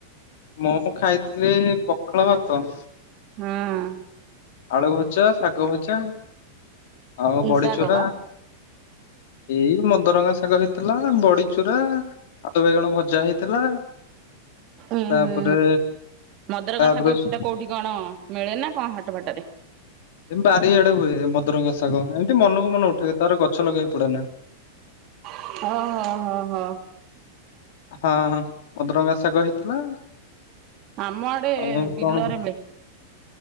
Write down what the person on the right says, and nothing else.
ହଁ
କି
ଶାଗ
<inaudible>
ଉୁଁ
ହୁଁ ମଦରଙ୍ଗ
ଶାଗ
ସେଟା କୋଉଠି କ'ଣ ମିଳେ ନା କ'ଣ ହାଟ ବାଟ ରେ
ଓ- ହ -ହ -ହ।
ଆମ ଆଡେ
ବିଲରେ
ମିଳେ।